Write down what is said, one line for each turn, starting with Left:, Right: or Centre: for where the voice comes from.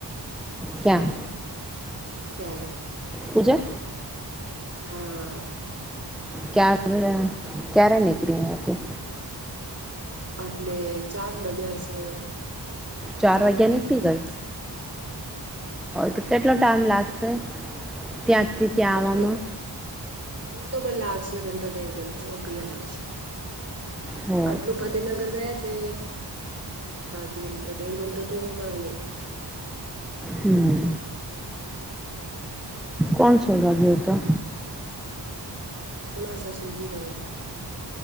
Centre: ક્યાં.
Right: ચાય
Centre: પૂજા
Right: હા.
Centre: ક્યારે ક્યારે નીકળી હતી.
Right: એટલે ચાર બજે છે.
Centre: ચાર
Right: ચારેક
Centre: વાગ્યા
Right: બજા
Centre: નીકડી
Right: હા
Centre: ગઈ. તો કેટલો ટાઈમ લાગશે ત્યાં.
Right: એટલે
Centre: આવવામાં
Right: ઘંટો બંધ લાગશે. ઘંટો દેઢ ઘંટો ઓ કયા લાગશે
Centre: હો
Right: આટલું ફતેહનગર ગયા છે. તે <unintelligible> તો દેઢ ઘંટો તો માન લ્યો.
Centre: હમ્મ. કોનસોલવા ગયોતો.
Right: તમારે સાસૂજી ગયા છે.